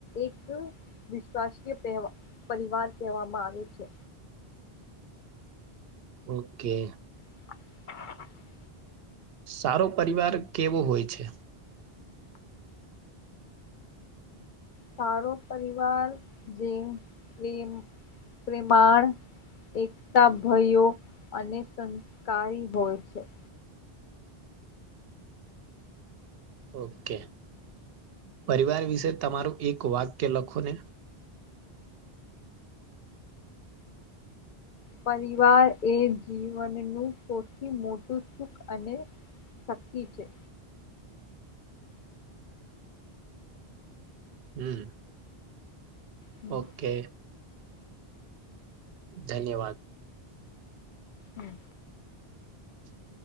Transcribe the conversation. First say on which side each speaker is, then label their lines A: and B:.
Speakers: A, on the left; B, on the right.
A: એક રાષ્ટ્રીયતહેવા પરિવાર કહેવામાં આવે છે
B: ઓકે
A: <unintelligible>
B: સારો પરિવાર કેવો હોય છે?
A: સારો પરિવાર જેમ, પ્રેમ, પ્રેમાણ એકતા ભયો અને સંસ્કારી હોય છે.
B: ઓકે પરિવાર વિશે તમારું એક વાક્ય લખો ને.
A: પરિવાર એ જીવનનું સૌથી મોટું સુખ અને શક્તિ છે.
B: હમ્મ
A: હમ
B: ઓકે. ધન્યવાદ.
A: હમ્મ.
B: <inaudible>